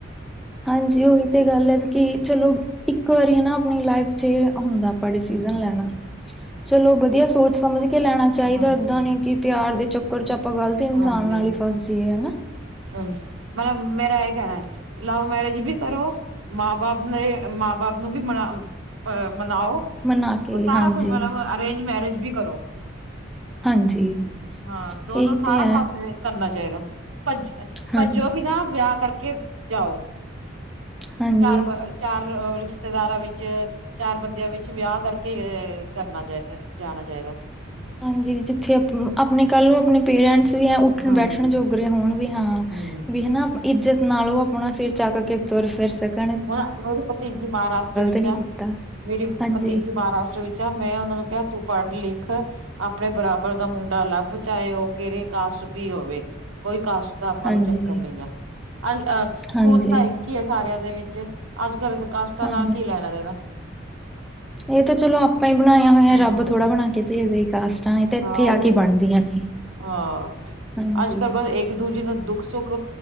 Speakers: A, in the centre; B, on the right.
A: ਹਾਂਜੀ ਉਹੀ ਤੇ ਗੱਲ ਐ, ਵੀ ਕੀ ਚਲੋ, ਇੱਕ ਵਾਰੀ ਹਨਾ ਆਪਣੀ ਲਾਈਫ ਚ ਹੁੰਦਾ ਡਿਸੀਜ਼ਨ
B: ਹੂੰ,
A: ਲੈਣਾ, ਚਲੋ ਵਧੀਆ ਸੋਚ ਸਮਝ ਕੇ ਲੈਣਾ ਚਾਈਦਾ
B: ਹਾਂਜੀ,
A: ਏਦਾਂ ਨੀ ਕਿ ਪਿਆਰ ਦੇ ਚੱਕਰ 'ਚ ਆਪਾਂ ਗ਼ਲਤ ਇਨਸਾਨ
B: ਹਾਂਜੀ,
A: ਨਾਲ ਈ ਫਸ ਜਾਈਏ ਹਨਾ।
B: ਹਾਂਜੀ, ਮਤਲਬ ਮੇਰਾ ਆਈ ਕਹਿਣਾ ਲਵ ਮੈਰਿਜ ਵੀ ਕਰੋ, ਮਾਂ-ਬਾਪ ਨੇ-ਅ- ਮਾਂ-ਬਾਪ ਨੂੰ ਵੀ ਮਨਾ ਅਅ ਮਨਾਓ,
A: ਮਨਾ ਕੇ
B: ਸਾਰਾ
A: ਹਾਂਜੀ
B: ਕੁਝ ਮਤਲਬ ਅਰੇਂਜ ਮੈਰਿਜ ਵੀ ਕਰੋ।
A: ਹਾਂਜੀ
B: ਹਾਂ, ਦੋਨੋਂ
A: ਇਹੀ
B: ਸਾਰਾ
A: ਤੇ ਹੈ
B: <unintelligible> ਕਰਨਾ ਚਾਹੀਦਾ। ਭੱਜ-ਅ-
A: ਹਾਂਜੀ
B: ਭੱਜੋ ਵੀ ਨਾ ਵਿਆਹ ਕਰਕੇ ਜਾਓ <inaudible>
A: ਹਾਂਜੀ
B: ਚਾਰ ਅ ਚਾਰ- ਅ- ਰਿਸ਼ਤੇਦਾਰਾਂ ਵਿੱਚ ਚਾਰ ਬੰਦਿਆਂ ਵਿੱਚ ਵਿਆਹ ਕਰਕੇ ਅਅ ਕਰਨਾ ਚਾਈ-ਜਾਣਾ- ਚਾਈਦਾ।
A: ਹਾਂਜੀ ਵੀ ਜਿੱਥੇ ਆਪ-ਆਪਣੇ ਕੱਲ੍ਹ ਨੂੰ ਆਪਣੇ ਪੇਰੈਂਟਸ ਵੀ ਐ ਉੱਠਣ-ਬੈਠਣ
B: ਹਾਂਜੀ
A: ਜੋਗਰੇ ਹੋਣ, ਵੀ ਹਾਂ
B: ਹਮ
A: ਵੀ ਹਨਾ ਇੱਜਤ ਨਾਲ ਉਹ ਆਪਣਾ ਸਿਰ ਚੱਕ ਕੇ ਤੁਰ-ਫਿਰ ਸਕ
B: ਹਨਾ ਮੇਰੀ ਭਤੀਜੀ ਮਹਾਰਾਸ਼ਟਰ ਵਿੱਚ
A: ਨਹੀਂ
B: ਐ-
A: ਕੀਤਾ
B: ਮੇਰੀ
A: ਹਾਂਜੀ
B: ਭਤੀਜੀ ਮਹਾਰਾਸ਼ਟਰ ਵਿੱਚ ਜਾ ਮੈਂ ਉਹਨਾਂ ਨੂੰ ਕਿਹਾ ਤੂੰ ਪੜ੍ਹ-ਲਿਖ ਆਪਣੇ ਬਰਾਬਰ ਦਾ ਮੁੰਡਾ ਲੱਭ ਚਾਏ ਉਹ ਕਿਹਰੀ ਕਾਸਟ ਵੀ ਹੋਵੇ, ਕੋਈ ਕਾਸ ਆਪਾਂ
A: ਹਾਂਜੀ
B: ਨੂੰ ਚੱਕਰ ਨਹੀਂ ਆਂ, ਅ -ਅਹ
A: ਹਾਂਜੀ
B: ਖੂਨ ਤਾਂ ਇੱਕ ਈ ਆ ਸਾਰਿਆਂ ਦੇ ਵਿੱਚ। ਅੱਜ-ਕੱਲ੍ਹ ਤੇ ਕਾਸਟਾਂ
A: ਹਾਂਜੀ
B: ਨਾਲ ਕੀ ਲੈਣਾ-ਦੇਣਾ।
A: ਇਹ ਤਾਂ ਚਲੋ ਆਪਾਂ ਬਣਾਇਆ ਹੋਇਆ
B: ਹਾਂ
A: ਰੱਬ ਥੋੜ੍ਹਾ ਬਣਾ ਕੇ ਭੇਜਦਾ ਈ ਕਾਸਟ। ਤਾਂਹੀ ਤਾਂ ਇੱਥੇ
B: ਹਾਂ
A: ਆ
B: ਉਹੀ
A: ਕੇ
B: ਨਾ
A: ਬਣਦੀਆਂ ਨੇ।
B: ਹਾਂ,
A: ਹਾਂਜੀ
B: ਅੱਜ-ਕੱਲ੍ਹ ਬ ਇੱਕ-ਦੂਜੇ ਨੂੰ ਦੁੱਖ- ਸੁੱਖ